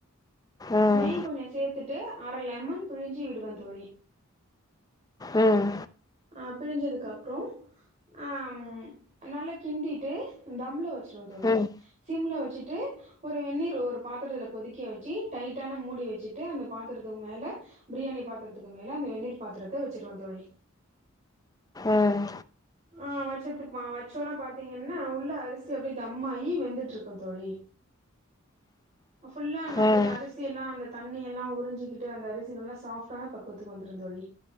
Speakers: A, on the left; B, on the right.
A: ம்
B: நெய் கொஞ்சோ சேத்துட்டு அர லெமன் பிழிஞ்சி விடுவே தோழி
A: ம்
B: அ பிழிஞ்சதுக்கப்புறோ அ ம் நல்லா கிண்டிட்டு தம்ல வச்சிருவோ தோழி
A: ம்
B: சிம்ல வச்சுட்டு ஒரு வெந்நீர் ஒரு பாத்திரத்துல கொதிக்க வெச்சு டைட்டான மூடி வச்சுட்டு அந்த பாத்திரத்துக் மேல ப்ரியாணி பாத்தரத்துக்கு மேல அந்த வெந்நீர் பாத்திரத்த வச்சிருவே தோழி
A: ம்
B: அ வச்சுட்டுருப்பா வச்சோனே பாத்தீங்கன்னா உள்ள அரிசி அப்டே தம்மாயி வெந்துட்டுருக்கு தோழி ஃபுல்லா நம்ப்ளுக்கு
A: ம்
B: அரிசி எல்லா அந்த தண்ணி எல்லா உறிஞ்சுக்கிட்டு அந்த அரிசி நல்லா சாஃப்டான பக்குவத்துக்கு வந்துரு தோழி